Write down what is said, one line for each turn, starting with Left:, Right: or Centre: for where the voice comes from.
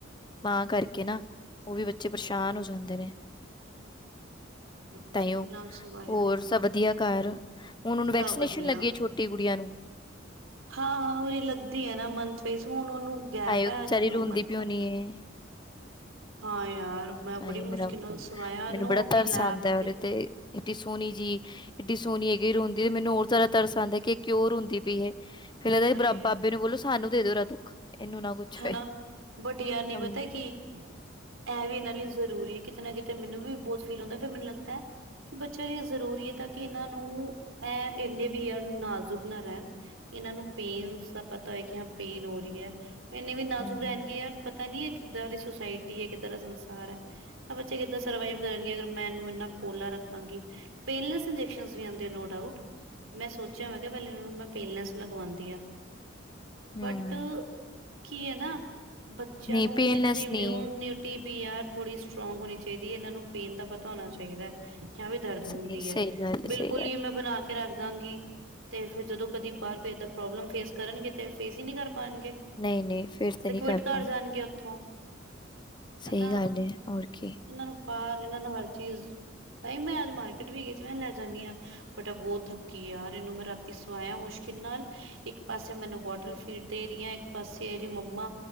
Left: ਮਾਂ ਕਰਕੇ ਨਾ ਉਹ ਵੀ ਬੱਚੇ ਪਰੇਸ਼ਾਨ ਹੋ ਜਾਂਦੇ ਨੇ।
Right: ਮੁਸ਼ਕਿਲ
Left: ਤਾਹੀ ਓਹ
Right: ਨਾਲ ਸਵਾਇਆ
Left: ਹੋਰ
Right: ਯਾਰ
Left: ਸਭ ਵਧੀਆ, ਘਰ ਹੁਣ ਉਹਨੂੰ ਵੈਕਸੀਨੇਸ਼ਨ
Right: ਸਭ ਵਧੀਆ
Left: ਲੱਗੀ ਹੈ ਛੋਟੀ ਕੁੜੀਆਂ ਨੂੰ।
Right: ਹਾਂ-ਹਾਂ, ਉਹਹੀ ਲੱਗਦੀ ਹੈਨਾ ਮੰਨਥ ਵਾਇਸ ਹੁਣ ਉਹਨੂੰ ਗੈਪ
Left: ਹਾਏ,
Right: ਹੈ
Left: ਉਹ ਬਚਾਰੀ
Right: ਅੱਜ ਦੋ
Left: ਰੋਂਦੀ
Right: ਮੰਥ
Left: ਪੀਉਣੀ
Right: ਦਾ।
Left: ਹੈ।
Right: ਹਾਂ ਯਾਰ ਮੈਂ
Left: ਹਯੇ,
Right: ਬੜੀ ਮੁਸ਼ਕਿਲ
Left: ਮੇਰਾ
Right: ਨਾਲ ਸਵਾਇਆ ਇਹਨੂੰ
Left: ਮੈਨੂੰ ਬੜਾ
Right: ਆਪਣੀ
Left: ਤਰਸ
Right: ਲੈਬ
Left: ਆਦਾ ਹੈ ਉਹਦੇ ਤੇ। ਇਏਡੀ ਸੋਹਣੀ ਜੀ, ਇੱਡੀ ਸੋਹਣੀ ਹੈਗੀ ਰੋਂਦੀ ਤੇ ਮੈਨੂੰ ਹੋਰ ਜ਼ਿਆਦਾ ਤਰਸ ਆਉਦਾ ਹੈ ਕਿ ਇਹ ਕਿਉਂ ਰੋਂਦੀ ਪਈ ਇਹ। ਫੇਰ ਇਹਦਾ
Right: ਅਰੇ
Left: ਬਾਬੇ ਨੂੰ ਬੋਲੋ ਸਾਨੂੰ ਦੇ ਦਿਓ ਇਹਦਾ ਦੁੱਖ। ਇਹਨੂੰ ਨਾ ਕੁਛ
Right: ਹੈਨਾ
Left: ਹੋਏ
Right: ਬਟ ਯਾਰ ਨੀ
Left: ਹਮ
Right: ਪਤਾ ਕੀ ਇਹ ਵੀ ਇਹਨਾਂ ਲਈ ਜ਼ਰੂਰੀ ਹੈ ਕਿਤੇ ਨਾ ਕਿਤੇ ਮੈਨੂੰ ਵੀ ਬਹੁਤ ਫੀਲ ਹੁੰਦਾ ਫਿਰ ਮੈਨੂੰ ਲੱਗਦਾ ਹੈ ਕਿ ਬੱਚਿਆਂ ਲਈ ਜ਼ਰੂਰੀ ਹੈ ਤਾਂ ਕਿ ਇਹਨਾਂ ਨੂੰ ਇਹ ਇੰਨੇ ਵੀ ਯਾਰ ਨਾਜ਼ੁਕ ਨਾ ਰਹਿਣ ਇਹਨਾਂ ਨੂੰ ਪੇਨਸ ਦਾ ਪਤਾ ਹੋਏ ਕਿ ਹਾਂ ਪੇਨ ਹੋ ਰਹੀ ਹੈ ਇੰਨੇ ਵੀ ਨਾਜ਼ੁਕ
Left: ਹਮ
Right: ਰਹਿਣਗੇ ਯਾਰ ਪਤਾ ਨੀ ਹੈ ਕਿੱਦਾਂ ਦੀ ਸੁਸਾਇਟੀ ਹੈ ਕਿੱਦਾਂ ਦਾ ਸੰਸਾਰ ਹੈ ਬੱਚੇ ਕਿੱਦਾਂ ਸਰਵਾਈਵ ਕਰਨਗੇ ਅਗਰ ਮੈਂ ਇਹਨੂੰ ਇੰਨਾ ਪੋਲਾ ਰੱਖਾਂਗੀ ਪੇਨਲੈਸ ਇੰਜੈਕਸਨ ਵੀ ਆਉਂਦੇ ਨੋਡਾਊਟ ਮੈਂ ਸੋਚਿਆ ਮੈਂ ਕਿਹਾ ਪਹਿਲੇ ਇਹਨਾਂ ਨੂੰ ਮੈਂ ਪੇਲਨੈਂਸ ਲਗਵਾਉਂਦੀ ਹਾਂ,
Left: ਹਮ
Right: ਬਟ ਕੀ ਹੈ ਨਾ ਬੱਚਿਆਂ
Left: ਨਹੀਂ
Right: ਨੂੰ
Left: ਪੇਨਲੈਸ
Right: ਇਹਨਾਂ ਦੇ ਇਮਿਊਨ
Left: ਨਹੀਂ
Right: ਨਿ ਟੀ ਬੀ ਆਰ ਥੋੜ੍ਹੀ ਸਟਰੋਂਗ ਹੋਣੀ ਚਾਹੀਦੀ ਹੈ ਇਹਨਾਂ ਨੂੰ ਪੇਨ ਦਾ ਪਤਾ ਹੋਣਾ ਚਾਹੀਦਾ ਕਿਆ ਵੀ ਦਰਦ
Left: ਸਹੀ
Right: ਹੁੰਦੀ
Left: ਸਹੀ
Right: ਹੈ
Left: ਗੱਲ ਹੈ
Right: ਬਿਲਕੁਲ
Left: ਸਹੀ ਗੱਲ
Right: ਹੀ
Left: ਹੈ
Right: ਮੈਂ ਬਣਾ ਕੇ ਰੱਖਦਾਂਗੀ ਤੇ ਫਿਰ ਜਦੋਂ ਕਦੀ ਬਾਹਰ ਭੇਜਤਾ, ਪ੍ਰੋਬਲਮ ਫੇਸ ਕਰਨਗੇ ਤੇ ਫੇਸ ਹੀ ਨਹੀਂ ਕਰ ਪਾਉਣਗੇ
Left: ਨਹੀਂ- ਨਹੀਂ ਫਿਰ
Right: ਤੇ
Left: ਨਹੀਂ
Right: ਕਵਿਟ
Left: ਕਰ
Right: ਘਰ
Left: ਪਾਣੀ
Right: ਜਾਣਗੇ ਉੱਥੋਂ ਹਨਾ
Left: ਸਹੀ ਗੱਲ ਹੈ ਹੋਰ ਕੀ
Right: ਇਹਨਾਂ ਨੂੰ ਬਾਹਰ, ਇਹਨਾਂ ਨੂੰ ਹਰ ਚੀਜ਼ ਤਾਂਹੀ ਮੈਂ ਅੱਜ ਮਾਰਕੀਟ ਵੀ ਗਈ ਸੀ, ਮੈਂ ਲੈ ਜਾਂਦੀ ਹਾਂ ਬਟ ਬਹੁਤ ਥੱਕੀ ਆ ਯਾਰ ਇਹਨੂੰ ਮੈਂ ਰਾਤੀ ਸਵਾਇਆ ਮੁਸ਼ਕਿਲ ਨਾਲ ਇੱਕ ਪਾਸੇ ਮੈਨੂੰ ਬੋਟਲ ਫੇਡ ਦੇ ਰਹੀ ਹ ਇੱਕ ਪਾਸੇ ਤੇ ਇਹਦੀ ਮੰਮਾ,